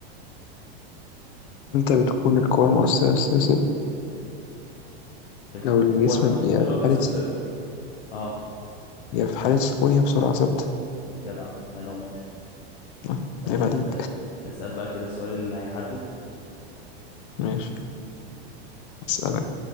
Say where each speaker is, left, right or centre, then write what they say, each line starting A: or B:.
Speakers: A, on the left; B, on the left.
A: أنت بتكون القوى المؤثرة في الصفر
B: القوة
A: لو الجسم
B: المؤثرة
A: ب- يا في
B: بتساوي
A: حالة س-
B: صفر اه
A: يا في حالة سكون يا بسرعة ثابتة
B: جدع الله ينور
A: آه،
B: آه،
A: عيب عليك
B: اسأل بقى كده السؤال اللي هيحدد
A: <laughs> ماشي أسألك